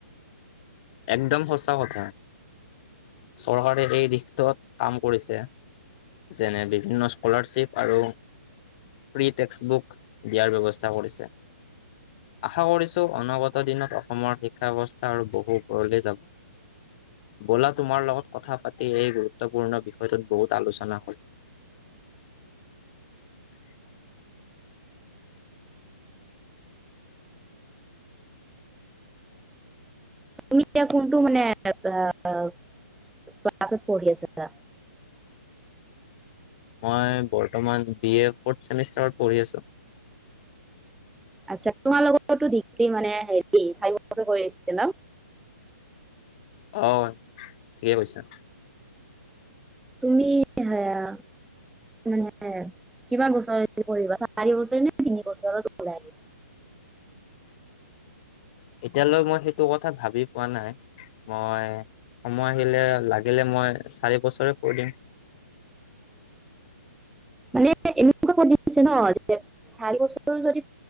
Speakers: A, on the left; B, in the centre.
A: একদম সঁচা কথা। চৰকাৰে এই দিশটোত কাম কৰিছে, যেনে- বিভিন্ন স্কলাৰশ্বিপ আৰু ফ্ৰী টেক্সবুক দিয়াৰ ব্যৱস্থা কৰিছে আশা কৰিছোঁ অনাগত দিনত অসমৰ শিক্ষা ব্যৱস্থা আৰু বহু উপৰলৈ যাব। বলা, তোমাৰ লগত কথা পাতি এই গুৰুত্বপূৰ্ণ বিষয়টোত বহুত আলোচনা হল।
B: তুমি এতিয়া কোনটো মানে আহ ক্লাছত পঢ়ি আছা?
A: মই বৰ্তমান বি এ ফ'ৰ্থ চেমিষ্টাৰত পঢ়ি আছোঁ।
B: আচ্ছা, তোমাৰ লগতো ডিগ্ৰী মানে হেৰি চাৰি বছৰ হৈ আছে ন?
A: অহ, ঠিকেই কৈছা।
B: তুমি সেয়া, মানে কিমান বছৰে হেৰি কৰিবা চাৰি বছৰে নে তিনি বছৰত ওলাই আহিবা?
A: এতিয়ালৈ মই সেইটো কথা ভাবি পোৱা নাই। মই সময় আহিলে লাগিলে মই চাৰি বছৰে কৰি দিম।
B: মানে, এনেকুৱাকে দিছে ন যে চাৰি বছৰৰো যদি